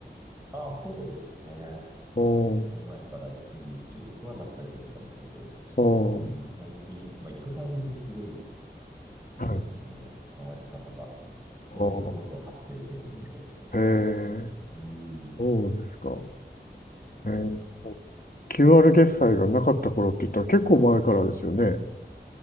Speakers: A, on the right; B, on the left.
A: ああ、そうですね。
B: おー。
A: こう前から、うん、中国は何回か行ったんですけど、
B: おー。
A: うん、最近、まあ、行くたんびすごい、すごいですね。
B: はい。
A: その変わり方が、
B: おー。
A: どんどんどんどん発展していくんで。
B: へー。
A: <laughs> うん。
B: そうですか。えー。QR 決済がなかった頃って言ったら結構前からですよね。
A: はい。